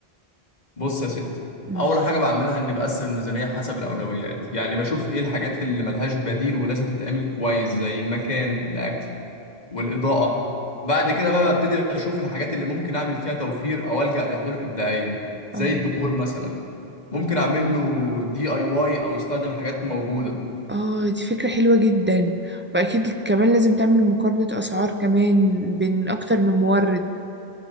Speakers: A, on the left; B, on the right.
A: بص يا ست
B: مم.
A: اول حاجه بعملها اني بقسم الميزانيه حسب الاولويات يعني بشوف ايه الحاجات اللي ملهاش بديل ولازم تتعمل كويس زي المكان الاكل والاضاءه بعد كده بقى ببتدي اشوف الحاجات اللي ممكن اعمل فيها توفير او الجا لحلول ابداعيه زي
B: آه.
A: الديكور مثلا ممكن اعمل له دي اي واي او استخدم حاجات موجوده
B: اه دي فكرة حلوة جدا وأكيد كمان لازم تعمل مقارنة أسعار كمان بين أكتر من مورد